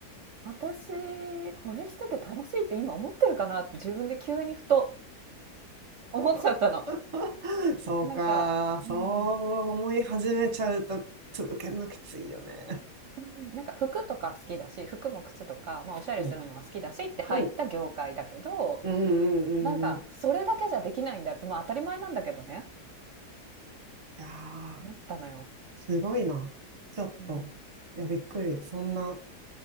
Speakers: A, on the right; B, on the right.
A: 私、これしてて楽しいって今思ってるかなって自分で急にふと思っちゃったの。
B: <laughs> そうか。
A: なんか、
B: そう思い始めちゃうと続けるのきついよね。
A: うん。うん、なんか服とか好きだし、服も靴とか、まあ、おしゃれするのは好きだしって入った業界だけど、
B: うん。うん。うんうんうんうん。
A: なんかそれだけじゃできないんだって、
B: い
A: まあ、当たり前なんだけどね、
B: やー、
A: 思ったのよ。
B: すごいな。ちょっと。
A: うん。
B: いや、びっくり。そんな。